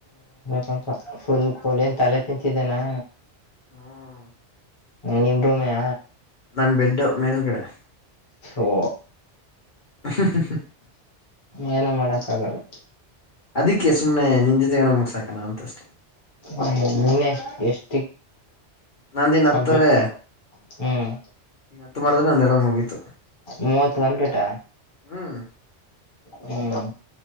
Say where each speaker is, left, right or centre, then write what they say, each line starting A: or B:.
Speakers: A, on the left (about 30°); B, on the left (about 45°).
A: ಪ ಫುಲ್ ಕೋಳಿನ್ ತಲೆ ತಿಂತಿದ್ದನಾ
B: ಹ್ಮ್
A: ನಿನ್ ರೂಮಯ
B: ನನ್ ಬೆಡ್ ಮೇಲ್ಗಡೆ
A: ಓ
B: <unintelligible>
A: ಏನೂ ಮಾಡಕ್ಕ ಆಗಲ್ಲ
B: ಅದಿಕ್ಕೆ ಸುಮ್ನೆ ನಿನ್ ಜೊತೆಗ ನ ಮುಗ್ಸಾಕಣ ಅಂತಸ್ಟೆ
A: ಹ್ಮ್ ನೀನೆ ಎಷ್ಟ ಎಷ್ಟ
B: ನಂದಿನ್ ಹತ್ತದೆ
A: ಕಂಪ್ಲೀಟ್ ಹ್ಮ್
B: ಹತ್ ಮಾಡಿದ್ರೆ ನನ್ದೆಲ್ಲ ಮುಗಿತು
A: ಮೂವತ್ತು ಕಮ್ಪ್ಲೇಟಾ
B: ಹ್ಮ್
A: ಹ್ಮ